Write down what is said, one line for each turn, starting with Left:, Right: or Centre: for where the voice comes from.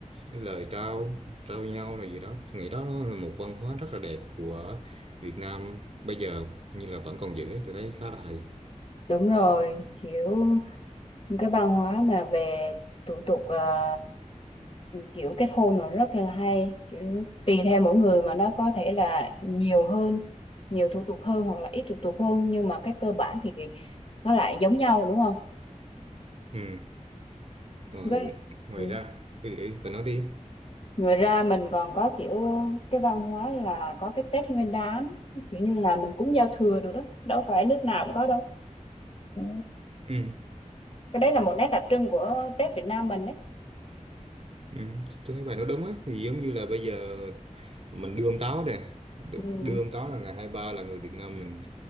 Right: lời trao trao nhau là gì đó Tôi nghĩ đó nó là một văn hóa rất là đẹp của Việt Nam bây giờ như là vẫn còn giữ ấy, tôi thấy khá là hay
Left: Đúng rồi, kiểu cái văn hóa mà về thủ tục à, kiểu kết hôn nó rất là hay, kiểu, tùy theo mỗi người mà nó có thể là nhiều hơn, nhiều thủ tục hơn hoặc là ít thủ tục hơn nhưng mà cái cơ bản thì nó lại giống nhau đúng không?
Right: ừ. rồi
Left: Với
Right: ngoài
Left: ừ.
Right: ra ừ, ừ, bà nói đi
Left: Ngoài ra mình còn có kiểu cái văn hóa là có cái Tết Nguyên Đán, kiểu như là mình cúng giao thừa rồi đó, đâu phải nước nào cũng có đâu. Ừ.
Right: ừ.
Left: Cái đấy là một nét đặc trưng của Tết Việt Nam mình đấy.
Right: Ừ, tôi thấy bài nói đúng ấy thì giống như là bây giờ mình đưa ông táo nè Được-
Left: Ừ.
Right: đưa ông táo là ngày hai ba là người Việt Nam mình